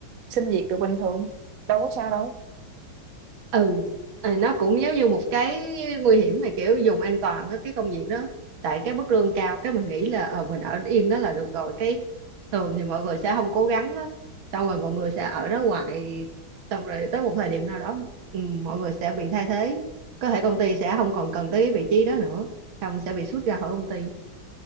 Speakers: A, on the right; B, on the right.
A: xin việc được bình thường đâu có sao đâu
B: ừ à, nó cũng giống như một cái nguy hiểm mà kiểu dùng an toàn á, cái công việc đó tại cái mức lương cao cái mình nghĩ là ờ mình ở yên đó là được rồi cái thường thì mọi người sẽ không cố gắng á. xong rồi mọi người sẽ ở đó hoài xong rồi tới một thời điểm nào đó ừ, mọi người sẽ bị thay thế có thể công ty sẽ không còn cần tới cái vị trí đó nữa không sẽ bị sút ra khỏi công ty